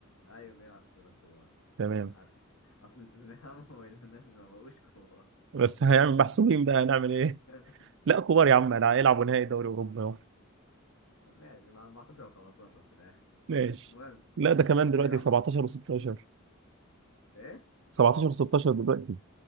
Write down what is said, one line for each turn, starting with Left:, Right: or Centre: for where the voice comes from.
Left: ايوه بيلعب في الستة الكبار
Right: تمام
Left: <laughs> عشان اصل توتنهام <laughs> والناس ما بقوش كبار
Right: بس هيعمل محسوبين بقى هنعمل ايه
Left: <laughs>
Right: لا كبار يا عم
Left: ماشي
Right: انا هيلعبوا
Left: يلا.
Right: نهائي دوري اوروبا اهو
Left: ماشي مع 14 و15 في الاخر
Right: ماشي
Left: المهم
Right: لا ده كمان
Left: بيلعب
Right: دلوقتي 17
Left: اه
Right: و16
Left: ايه
Right: 17 16 دلوقتي